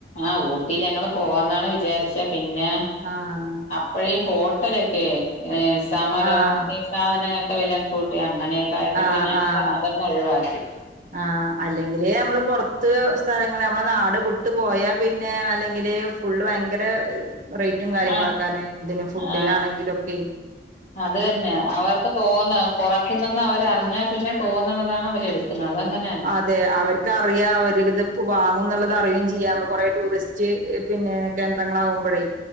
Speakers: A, on the left; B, on the right.
A: ആഹ് ഊട്ടിൽ ഞങ്ങള് പോവാന്നാണ് വിചാരിച്ച പിന്നെ
B: ആഹ്
A: അപ്പോഴ ഈ ഹോട്ടലൊക്കെ സമരം
B: ആഹ്
A: ഈ സാധനങ്ങളൊക്കെ വിലം കൂട്ടി അങ്ങനെയ ആയിക്കൊണ്ട്
B: ആഹ്
A: പിന്നെ ഞങ്ങള്
B: ആഹ്
A: അതന്നെ ഒഴിവാക്കി.
B: ആഹ് അല്ലെങ്കില് നമ്മള് പുറത്ത് സ്ഥലങ്ങള് നമ്മളെ നാട് വിട്ട് പോയാ പിന്നെ അല്ലെങ്കില് ഫുള്ള് ഭയങ്കര റേറ്റും കാര്യങ്ങളും
A: ആ
B: ക്കാര്ണ് എന്തിന് ഫുഡിനാണെങ്കിലും
A: ആ
B: ക്കെ
A: അത് തന്നെ അവർക്ക് തോന്ന പുറ <unintelligible> ന്ന് അവരറിഞ്ഞാൽ പിന്നെ പോന്നണതാണ് അവര് എടുക്കുന്നത്ങ്ങനെ
B: അതെ അവർക്ക് ക്കെ അറിയ അവരി ഇത് വാങ്ങും എന്നുള്ളത് അറിയും ചെയ്യാ കൊറെ ടൂറിസ്റ്റ് പിന്നെ കേന്ദ്രങ്ങളാവുമ്പോഴേ